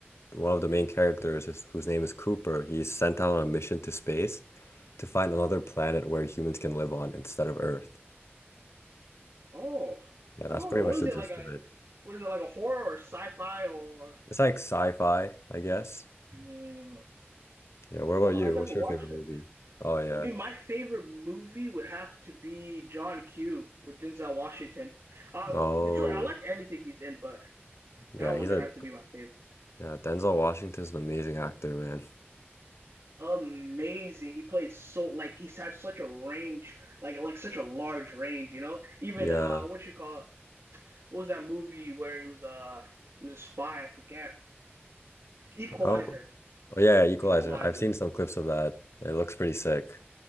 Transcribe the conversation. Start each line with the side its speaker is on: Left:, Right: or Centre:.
Left: one of the main characters is, whose name is Cooper, he's sent out on a mission to space to find
Right: mm.
Left: another planet where humans can live on instead of Earth.
Right: oh,
Left: Yeah,
Right: I
Left: that's
Right: don't
Left: pretty
Right: know.
Left: much
Right: What is
Left: the
Right: it
Left: gist
Right: like a
Left: of it.
Right: what is it like a horror or sci-fi or
Left: It's like sci-fi, I guess.
Right: Mm.
Left: Yeah, what about
Right: Oh,
Left: you?
Right: I never
Left: What's
Right: watched
Left: your favorite movie?
Right: it.
Left: Oh yeah.
Right: I mean, my favorite movie would have to be John Q with Denzel Washington. Uh,
Left: Oh,
Right: majority, I like anything he's in, but
Left: yeah,
Right: that one
Left: he's
Right: would
Left: a
Right: have to be my favorite.
Left: yeah, Denzel Washington's an amazing actor, man.
Right: amazing. He plays so like he has such a range, like like such a large range, you know? Even
Left: Yeah.
Right: uh what you call it? What was that movie where he was uh he was a spy, I forget. Equalizer.
Left: I don't, oh yeah, yeah, Equalizer.
Right: Equalizer.
Left: I've seen some clips of that. It looks pretty sick.